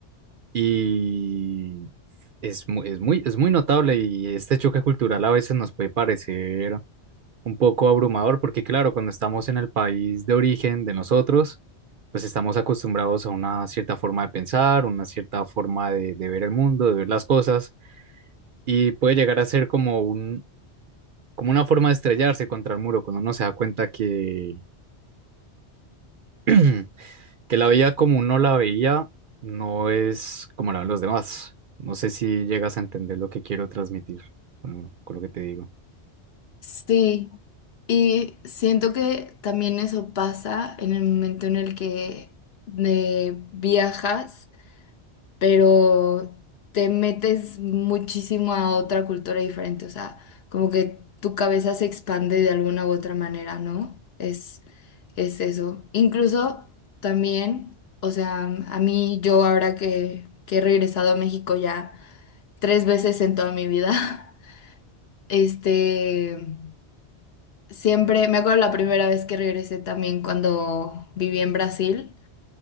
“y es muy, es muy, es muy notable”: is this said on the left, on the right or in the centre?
Right